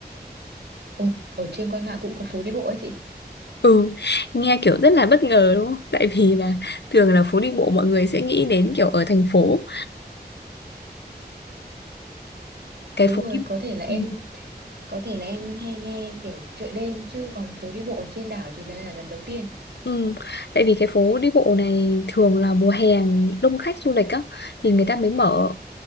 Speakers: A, on the right; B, on the left.
A: Ồ, ở trên Quan Lạn cũng có phố đi bộ ấy chị
B: ừ nghe kiểu rất là bất ngờ đúng không tại vì là thường là phố đi bộ mọi người sẽ nghĩ đến kiểu ở thành phố cái
A: đúng
B: phố
A: rồi
B: đi
A: có thể là em
B: Ừ.
A: có thể là em hay nghe kiểu chợ đêm chứ còn phố đi bộ ở trên đảo thì đây là lần đầu tiên
B: Ừ. Tại vì cái phố đi bộ này thường là mùa hè đông khách du lịch á thì người ta mới mở